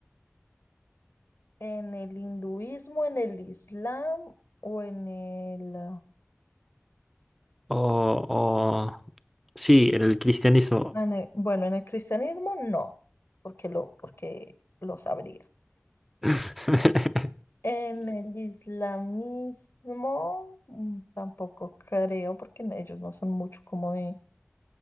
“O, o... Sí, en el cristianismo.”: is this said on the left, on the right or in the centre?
Centre